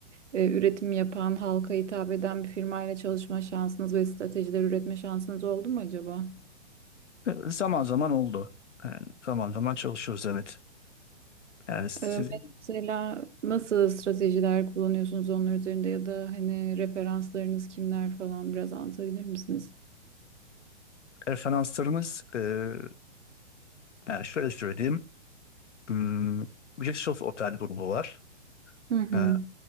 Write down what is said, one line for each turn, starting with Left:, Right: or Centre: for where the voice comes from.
Right: e, üretim yapan, halka hitap eden bir firmayla çalışma şansınız ve stratejiler üretme şansınız oldu mu acaba?
Left: E, Zaman zaman oldu. Yani zaman zaman çalışıyoruz evet. Yani sizin
Right: Ee, Mesela nasıl stratejiler kullanıyorsunuz onlar üzerinde ya da hani referanslarınız kimler falan biraz anlatabilir misiniz?
Left: referanslarınız e, Yani şöyle söyleyeyim. Hmm, Rixos Otel grubu var.
Right: Hı hı.
Left: Ee,